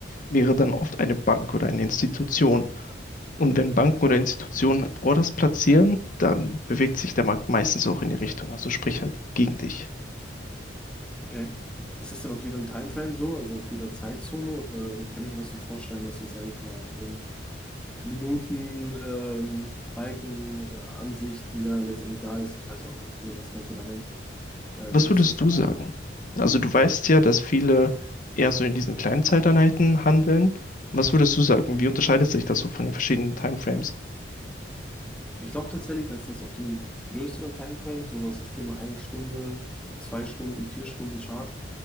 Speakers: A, on the left; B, in the centre.
A: wäre dann oft eine Bank oder eine Institution. Und wenn Banken oder Institutionen Orders platzieren, dann bewegt sich der Markt meistens auch in die Richtung, also sprich halt gegen dich.
B: Okay. Ist das denn auf jedem Timeframe so, also auf jeder Zeitzone, oder kann ich mir das so vorstellen, dass das, sag ich mal, um Minuten, ähm, Balken, äh, Ansicht, die ja letztendlich da ist. Ich weiß auch nicht, wie man das Ganze da nennt. Ähm,
A: Was
B: ist
A: würdest
B: das da?
A: du sagen? Also du weißt ja, dass viele eher so in diesen kleinen Zeiteinheiten handeln. Was würdest du sagen? Wie unterscheidet sich das so von den verschiedenen Timeframes?
B: Ich glaube tatsächlich, dass das auf den größeren Timeframes, so was das Thema eine Stunde, zwei Stunden, vier Stunden Chart,